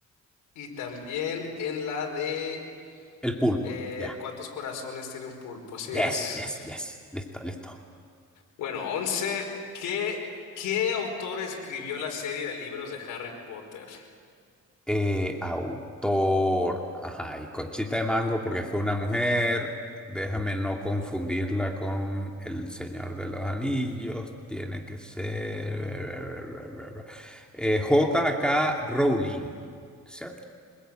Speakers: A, on the left; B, in the centre.
A: y también en la de
B: el pulpo.
A: Eh,
B: Ya.
A: ¿cuántos corazones tiene un pulpo? Así es.
B: Yes, yes, yes. Listo, listo.
A: Bueno, 11. ¿Qué, qué autor escribió la serie de libros de Harry Potter?
B: Eh, autor. Ajá, y Conchita de Mango porque fue una mujer. Déjame no confundirla con El Señor de los Anillos. Tiene que ser... eh, J.K. Rowling. ¿Cierto?